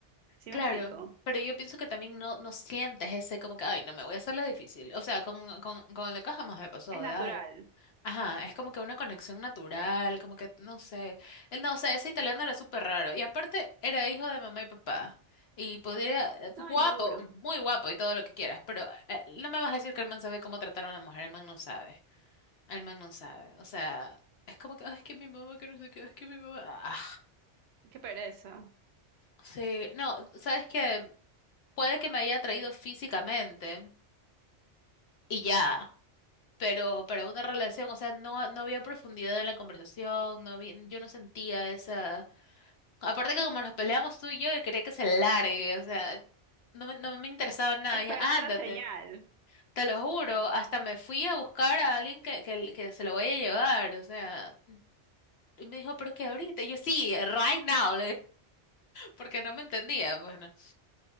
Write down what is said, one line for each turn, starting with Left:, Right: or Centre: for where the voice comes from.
Right: ¿Sí
Left: claro.
Right: me explico?
Left: Pero yo pienso que también no, no sientes ese como que, ay, no me voy a hacerle difícil. O sea, con, con, con lo que jamás me pasó
Right: Es natural.
Left: de, ay. Ajá, es como que una conexión natural, como que, no sé. Él No, o sea, ese italiano era súper raro. Y aparte, era hijo de mamá y papá. Y podría, eh, guapo,
Right: No, inmaduro.
Left: muy guapo y todo lo que quieras. Pero eh, no me vas a decir que el man sabe cómo tratar a una mujer, el man no sabe. El man no sabe. O sea, es como que, "Ay, es que mi mamá, que no sé qué, es que mi mamá. Ah.
Right: Qué pereza.
Left: Sí, no, sabes que puede que me haya atraído físicamente y ya, pero para una relación, o sea, no, no había profundidad en la conversación, no había, yo no sentía esa. Aparte que como nos peleamos tú y yo, yo quería que se largue, o sea, no, me- no me interesaba nada,
Right: Eso
Left: ya,
Right: era
Left: ándate.
Right: otra señal.
Left: Te lo juro, hasta me fui a buscar a alguien que, que, que se lo vaya a llevar, o sea, y me dijo, pero es que ahorita, y yo sí, right now, Porque no me entendía, bueno.